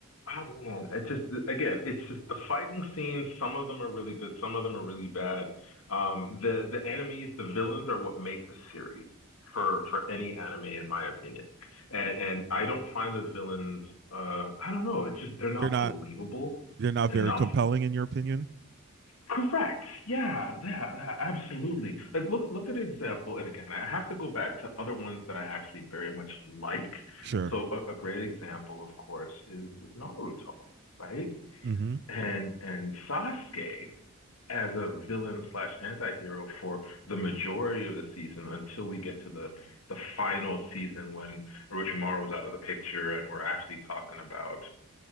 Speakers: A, on the left (about 80°); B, on the right (about 50°).
A: Oh man, it's just again, it's just the fighting scenes. Some of them are really good, some of them are really bad. Um, the the enemies, the villains, are what make the series for for any anime, in my opinion. And and I don't find the villains. Uh, I don't know. It's just they're not
B: they're not
A: believable
B: they're not
A: enough.
B: very compelling in your opinion.
A: Correct. Yeah, yeah, yeah, absolutely. Like look look at an example, and again, I have to go back to other ones that I actually very much like.
B: Sure.
A: So a, a great example, of course, is, is Naruto right?
B: Mm-hmm.
A: and and Sasuke as a villain slash anti-hero for the majority of the season until we get to the the final season when Orochimaru is out of the picture and we're actually talking about